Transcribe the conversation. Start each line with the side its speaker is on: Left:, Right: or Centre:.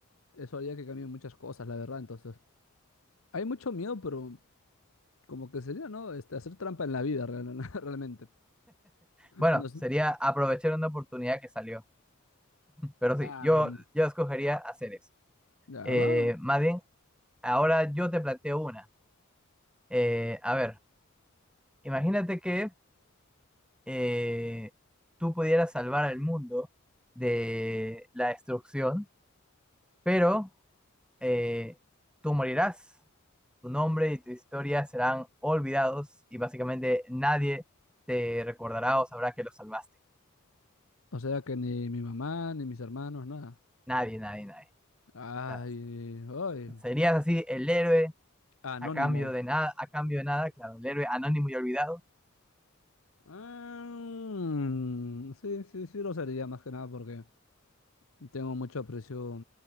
Left: eso haría que cambien muchas cosas, la verdad. Entonces, hay mucho miedo, pero como que sería, ¿no? Este, hacer trampa en la vida, real- <laughs> realmente.
Centre: Bueno,
Left: No sé.
Centre: sería aprovechar una oportunidad que salió. Pero sí,
Left: Ah,
Centre: yo, yo escogería hacer eso.
Left: ya
Centre: Eh,
Left: va. va.
Centre: más bien, ahora yo te planteo una. Eh, a ver, imagínate que eh, tú pudieras salvar al mundo de la destrucción, pero eh, tú morirás, tu nombre y tu historia serán olvidados y básicamente nadie te recordará o sabrá que lo salvaste.
Left: O sea que ni mi mamá, ni mis hermanos, nada.
Centre: Nadie, nadie, nadie.
Left: Ay,
Centre: O sea,
Left: ay,
Centre: serías así el héroe
Left: anónimo.
Centre: a cambio de nada, a cambio de nada, claro, el héroe anónimo y olvidado.
Left: Ah, sí, sí, sí lo sería más que nada porque tengo mucho aprecio,